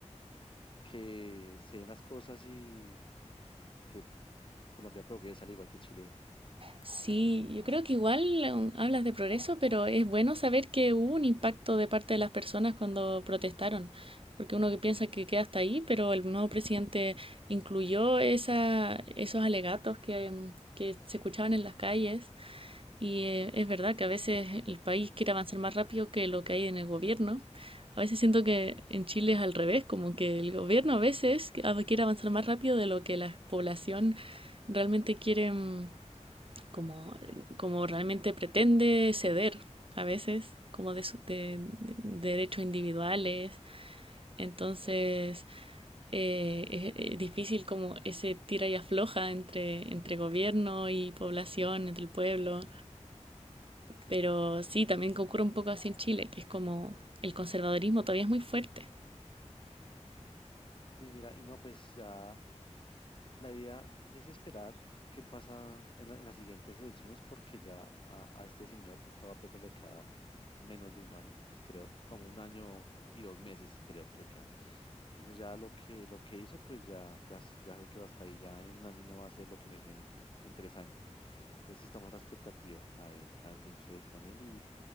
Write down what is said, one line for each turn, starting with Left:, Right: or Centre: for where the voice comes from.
Left: que se den las cosas y que Colombia progrese al igual que Chile.
Right: Sí, yo creo que igual um, hablas de progreso, pero es bueno saber que hubo un impacto de parte de las personas cuando protestaron, porque uno que piensa que queda hasta ahí, pero el nuevo presidente incluyó esa, esos alegatos que, um, que se escuchaban en las calles y eh, es verdad que a veces el país quiere avanzar más rápido que lo que hay en el gobierno. A veces siento que en Chile es al revés, como que el gobierno a veces quiere avanzar más rápido de lo que la población realmente quiere. mm, como, como realmente pretende ceder a veces, como de, su, de, de derechos individuales. Entonces eh, es, es, difícil como ese tira y afloja entre, entre gobierno y población, entre el pueblo. Pero sí, también ocurre un poco así en Chile, que es como el conservadurismo todavía es muy fuerte.
Left: Sí, mira, y no, pues ya La idea es esperar qué pasa en, la- en las siguientes elecciones porque ya a, a este señor Gustavo Petro le queda menos de un año, creo, como un año y dos meses creo que le quedan. Entonces ya lo que, lo que hizo, pues ya, ya, s- ya sé que va hasta ahí, ya en un año no va a hacer lo que no hizo en, en tres años. Entonces estamos a la expectativa, a ver, a ver qué sucede con él